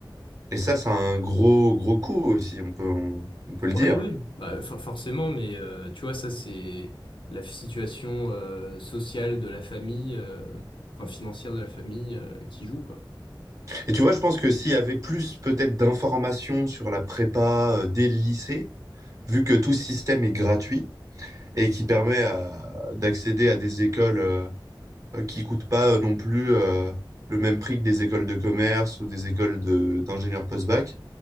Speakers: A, on the right; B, on the left.
A: Et ça, c'est un gros, gros coup aussi, on peut, on on peut
B: Ouais,
A: le dire.
B: oui, bah, for- forcément, mais euh, tu vois, ça, c'est la situation euh, sociale de la famille, euh, enfin financière de la famille euh, qui joue, quoi.
A: Et tu vois, je pense que s'il y avait plus peut-être d'informations sur la prépa euh, dès le lycée, vu que tout ce système est gratuit et qui permet à- d'accéder à des écoles euh, euh, qui coûtent pas euh, non plus euh, le même prix que des écoles de commerce ou des écoles de, d'ingénieurs post-bac,